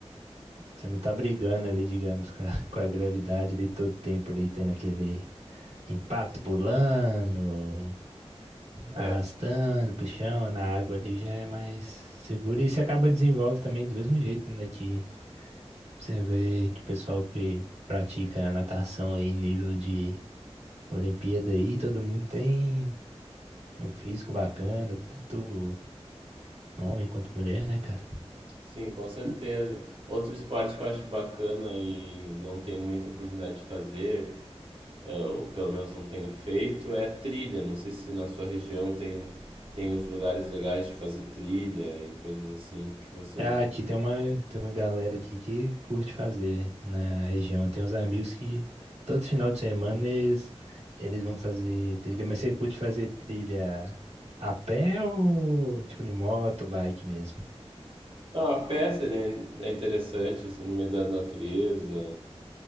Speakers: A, on the right; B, on the right.
A: Você não tá brigando ali, digamos, com a, <laughs> com a gravidade ali todo tempo ali, tendo aquele impacto pulando, arrastando
B: é,
A: pro chão, na água ali já é mais seguro. E você acaba desenvolve também do mesmo jeito, né? Que Você vê que o pessoal que pratica natação aí, nível de Olimpíada aí, todo mundo tem um físico bacana, tanto homem quanto mulher, né, cara?
B: sim, com certeza. Outro esporte que eu acho bacana e não tenho muita oportunidade de fazer, é, ou pelo menos não tenho feito, é trilha. Não sei se na sua região tem tem uns lugares legais de fazer trilha e coisas assim que você
A: Ah, aqui tem uma, tem uma galera aqui que curte fazer na região. Tem uns amigos que todo final de semana eles, eles vão fazer trilha, mas você curte fazer trilha a pé ou tipo de moto, bike mesmo?
B: Não, a pé seria é é interessante, assim, no meio da natureza.